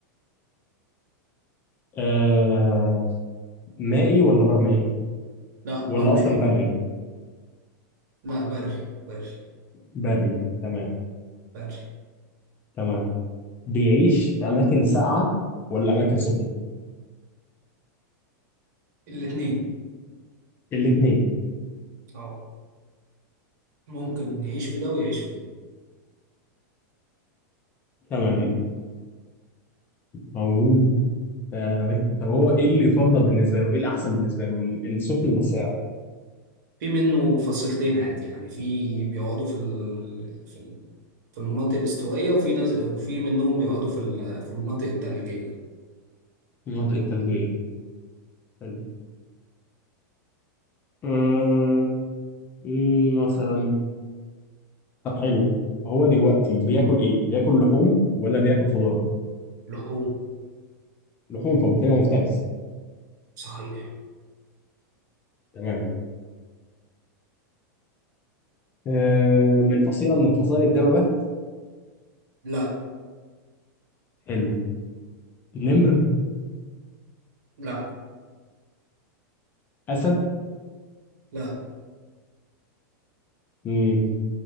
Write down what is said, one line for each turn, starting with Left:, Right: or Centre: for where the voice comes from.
Left: آه مائي ولا برمائي
Right: لا
Left: ولا
Right: برمائي
Left: أصلا بري
Right: لا بري بري
Left: بري تمام
Right: بري
Left: تمام بيعيش في أماكن ساقعة ولا أماكن سخنة
Right: الاتنين
Left: الاتنين
Right: اه ممكن يعيش في ده ويعيش في ده
Left: تمام موجود في أماكن- طب هو إيه اللي يفضل بالنسبة له إيه الأحسن بالنسبة له السخن ولا الساقع
Right: في منه فصيلتين عادي يعني في بيقعدوا في ال... في ال... في المناطق الاستوائية وفي ناس وفي منهم بيقعدوا في ال... في المناطق الثلجية
Left: المناطق الثلجية حلو. آه، إيه مثلا طب حلو هو دلوقتي بياكل ايه بياكل لحوم ولا بياكل خضار
Right: لحوم
Left: لحوم فبالتالي هو مفترس
Right: صحيح
Left: تمام آه من فصيله من فصائل الدببه
Right: لا
Left: حلو نمر
Right: لا
Left: اسد
Right: لا
Left: امم